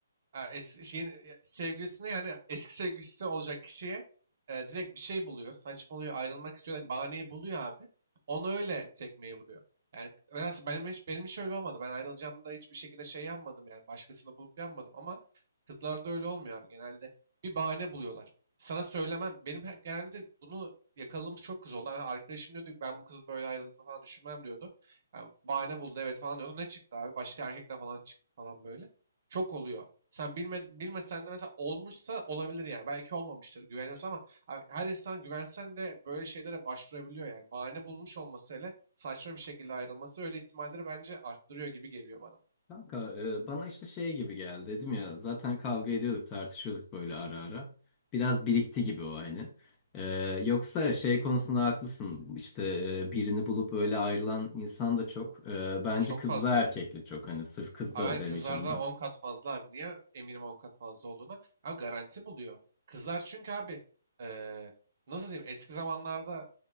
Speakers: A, on the right; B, on the left.
A: Ha, eski şeyin e, sevgilisine yani eski sevgilisi olacak kişiye e, direkt bir şey buluyor. Saçmalıyor, ayrılmak istiyor. Bahaneyi buluyor abi. Onu öyle tekmeyi vuruyor. Yani nedense benim hiç, benim hiç öyle olmadı. Ben ayrılacağımda hiçbir şekilde şey yapmadım yani. Başkasını bulup yapmadım ama kızlarda öyle olmuyor abi. Genelde bir bahane buluyorlar. Sana söylemem. Benim he- genelde bunu yakaladığımız çok kız oldu. Yani arkadaşım diyordu ki ben bu kızın böyle ayrıldığını falan düşünmem diyordu. Yani bahane buldu evet falan diyordu. Ne çıktı abi? Başka erkekle falan çıktı falan böyle. Çok oluyor. Sen bilme, bilmesen de mesela olmuşsa olabilir yani. Belki olmamıştır güveniyorsun ama ha- her insan güvensen de böyle şeylere başvurabiliyor yani. Bahane bulmuş olması hele saçma bir şekilde ayrılması öyle ihtimalleri bence arttırıyor gibi geliyor bana.
B: Kanka e, bana işte şey gibi geldi dedim ya zaten kavga ediyorduk tartışıyorduk böyle ara ara. Biraz birikti gibi o hani. E, yoksa şey konusunda haklısın işte e, birini bulup öyle ayrılan insan da çok. E, bence
A: Çok
B: kızla
A: fazla.
B: erkekle çok hani sırf kız
A: Abi
B: da
A: ben
B: demeyeceğim
A: kızlarda
B: ben.
A: 10 kat fazla abi. Niye eminim 10 kat fazla olduğunu? Abi garanti buluyor. Kızlar çünkü abi eee, nasıl diyeyim eski zamanlarda